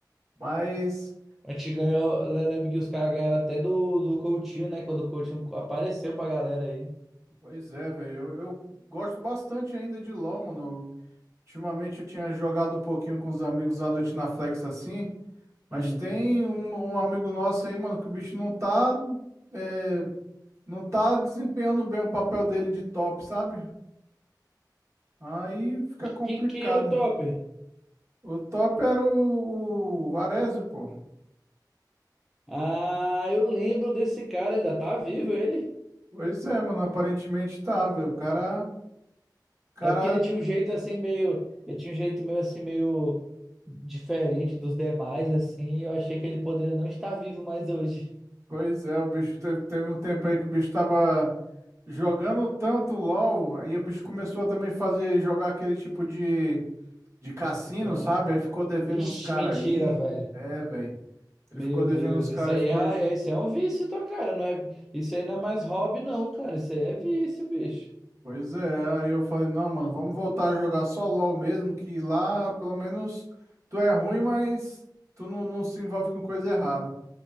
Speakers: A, on the right (about 40°); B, in the centre.
A: Mas,
B: A gente ganhou. Eu lembro que os caras ganharam até do, do Coutinho, né? Quando o Coutinho apareceu pra galera aí.
A: pois é, velho. Eu, eu gosto bastante ainda de LoL, mano. Ultimamente eu tinha jogado um pouquinho com os amigos à noite na Flex assim. Mas
B: Hum.
A: tem um, um amigo nosso aí, mano, que o bicho não tá, é, não tá desempenhando bem o papel dele de top, sabe? Aí fica complicado.
B: Que, quem era o topper?
A: O top era o, o Arezzo, pô.
B: Ah, eu lembro desse cara. Ainda tá vivo ele?
A: Pois é, mano, aparentemente tá, velho. O cara, o cara,
B: É porque ele tinha um jeito assim meio, ele tinha um jeito meio assim meio diferente dos demais assim, e eu achei que ele poderia não estar vivo mais hoje.
A: pois é, o bicho teve, teve um tempo aí que o bicho tava jogando tanto LOL, aí o bicho começou a também fazer, jogar aquele tipo de, de cassino,
B: Ah.
A: sabe? Aí ficou devendo
B: Ixi,
A: uns caras
B: mentira,
A: aí.
B: velho.
A: É, velho. Ele
B: Meu
A: ficou devendo
B: Deus,
A: os caras
B: isso aí
A: e ficou.
B: é, é- isso é um vício, tá, cara? Não é, isso aí não é mais hobby não, cara. Isso aí é vício, bicho.
A: Pois é, aí eu falei, não, mano, vamos voltar a jogar só LOL mesmo, que lá pelo menos tu é ruim, mas tu não, não se envolve com coisa errada.